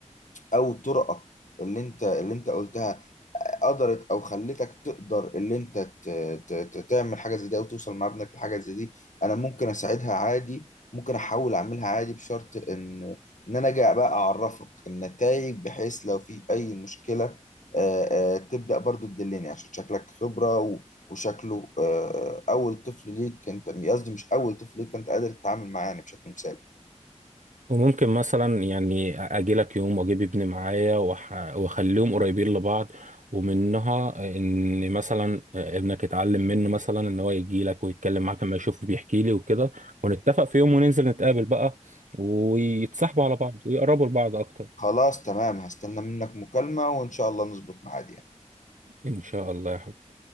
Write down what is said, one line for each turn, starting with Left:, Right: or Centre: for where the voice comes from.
Left: او طرقك اللي انت اللي انت قلتها قدرت او خلتك تقدر اللي انت ت- ت- ت- تعمل حاجه زي دي او توصل مع ابنك لحاجه زي دي انا ممكن اساعدها عادي ممكن احاول اعملها عادي بشرط ان ان انا جاي بقى اعرفك النتائج بحيث لو في اي مشكله آه، آه، تبدا برضو تدلني عشان شكلك خبره و- وشكله آه، اول طفل ليك انت قصدي مش اول طفل ليك فانت قادر تتعامل معاه يعني بشكل مثالي
Right: وممكن مثلا يعني اجي لك يوم واجيب ابني معايا وأح- واخليهم قريبين لبعض ومنها ان مثلا آه، ابنك يتعلم منه مثلا ان هو يجي لك ويتكلم معاك لما يشوفه بيحكي لي وكده ونتفق في يوم وننزل نتقابل بقى ويتصاحبوا على بعض ويقربوا لبعض اكتر
Left: خلاص تمام هستنى منك مكالمه وان شاء الله نظبط ميعاد يعني
Right: ان شاء الله يا حبيبي